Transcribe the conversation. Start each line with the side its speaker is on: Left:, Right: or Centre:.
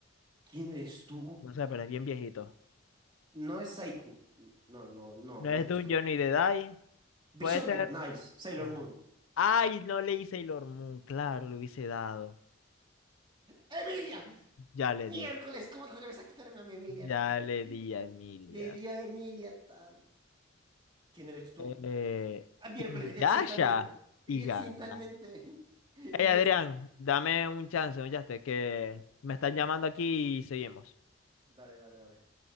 Right: ¿Quién eres tú?
Left: No sé, pero es bien viejito.
Right: No es Saiku. No, no, no,
Left: No es
Right: no es
Left: Dungeon
Right: esto.
Left: ni de Dai.
Right: Bishoujo,
Left: Puede ser.
Right: nice. Sailor
Left: Ah.
Right: Moon.
Left: Ay, no leí Sailor Moon. Claro, lo hubiese dado.
Right: ¡Emilia!
Left: Ya le
Right: Miércoles,
Left: di.
Right: ¿cómo te atreves a quitarme a mi Emilia,
Left: Ya
Right: no, hombre?
Left: le di a Emilia.
Right: Le di a Emilia tan. ¿Quién eres tú?
Left: Eh,
Right: Ah, miércoles,
Left: Inuyasha.
Right: le accidentalmente. Le
Left: Y gana.
Right: accidentalmente. <laughs> Le
Left: Hey, Adrián,
Right: di
Left: dame un chance, oye, que me están llamando aquí y seguimos.
Right: Dale, dale, dale.